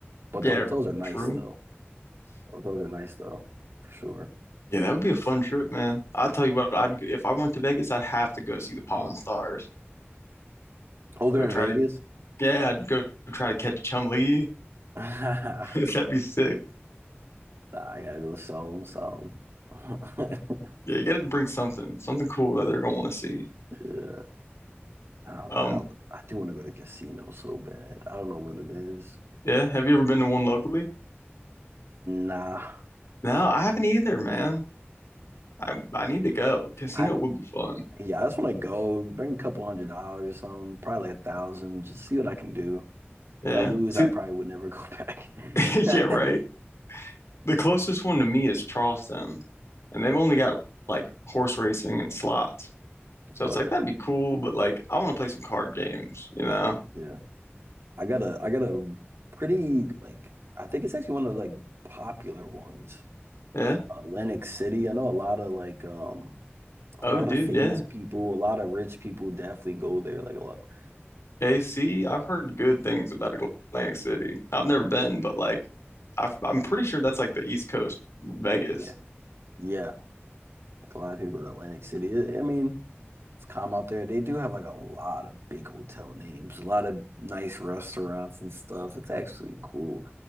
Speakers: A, on the right; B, on the left.
A: But
B: Yeah,
A: the hotels are nice
B: true.
A: though. The hotels are nice though, for sure.
B: Yeah, that would be a fun trip, man. I'll
A: Like,
B: tell you what, I'd if I went to Vegas, I'd have to go see the Pawn Stars.
A: oh, they're
B: Go try
A: in Vegas?
B: to Yeah, I'd go try to catch Chum Lee.
A: <laughs>
B: <laughs> That'd be sick.
A: Nah, I gotta go sell them something. <laughs>
B: Yeah, you got to bring something, something cool that they're gonna want to see.
A: Yeah. Nah, man,
B: Um,
A: I I do want to go to casino so bad. I don't know what it is.
B: yeah, have you ever been to one locally?
A: Nah.
B: No, I haven't either, man. I I need to go. Casino
A: I
B: would be fun.
A: yeah, I just want to go bring a couple hundred dollars, or um, probably a thousand, just see what I can do.
B: Yeah.
A: If I lose,
B: See,
A: I probably would never go back.
B: <laughs> yeah, right.
A: <laughs>
B: The closest one to me is Charleston, and they've only got like horse racing and slots. So
A: Oh
B: it's like
A: yeah.
B: that'd be cool, but like I want to play some card games, you know?
A: Yeah. I got a I got a pretty like I think it's actually one of the, like popular ones.
B: Yeah.
A: Uh, Atlantic City. I know a lot of like um
B: Oh,
A: a lot
B: dude,
A: of famous
B: yeah.
A: people, a lot of rich people definitely go there. Like a lot
B: AC,
A: I,
B: I've heard good things about Atlantic City. I've never been, but like I've, I'm pretty sure that's like the East Coast Vegas.
A: yeah. Yeah. Like a lot of people go to Atlantic City. I I mean, it's calm out there. They do have like a lot of big hotel names, a lot of nice restaurants and stuff. It's actually cool.